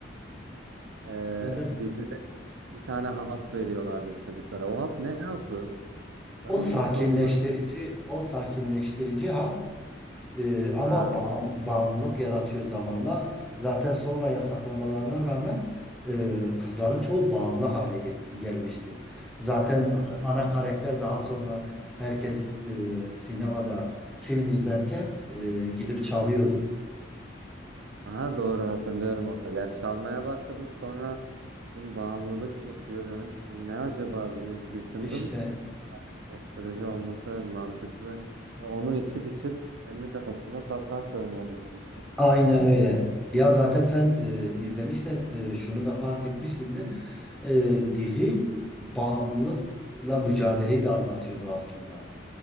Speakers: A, on the right; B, in the centre.
A: e,
B: ben de
A: dizide bir tane hap veriyorlardı çocuklara. O hap ne hapı? Ben
B: O
A: onu
B: sakinleştirici,
A: hiç sorgulamadım.
B: o sakinleştirici ha e, ama
A: Ha,
B: bağım- bağımlılık yaratıyor zamanla. Zaten sonra yasaklamalarına rağmen e, kızların çoğu bağımlı hale get- gelmişti. Zaten
A: evet,
B: ana
A: evet.
B: ana karakter daha sonra herkes e, sinemada film izlerken e, gidip çalıyordu.
A: Aha, doğru hatırlıyorum onları. Ya çalmaya başladı sonra dedim bağımlılık yapıyor demek ki bu ne acaba diye düşündüm.
B: İşte
A: Eleştirici olması evet mantıklı. Ve onu içip içip kendi kafasında satranç oynuyordu kız işte.
B: Aynen öyle. Ya zaten sen e, izlemişsen e, şunu da fark etmişsindir. E, dizi bağımlılıkla mücadeleyi de anlatıyordu aslında.